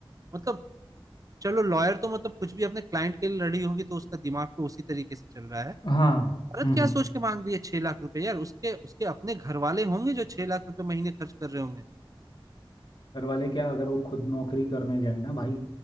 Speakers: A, on the right; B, on the left.
A: मतलब चलो लॉयर तो मतलब कुछ भी अपने क्लाइंट के लिए लड़ी होगी तो उसका दिमाग तो उसी तरीके से चल रहा है
B: हाँ
A: औरत
B: हम्म
A: क्या
B: हम्म।
A: सोच के मांग रही है छह लाख रुपए यार उसके उसके अपने घर वाले होंगे जो छह लाख रुपए महीने खर्च कर रहे होंगे
B: घर वाले क्या अगर वो खुद नौकरी करने जाए ना भाई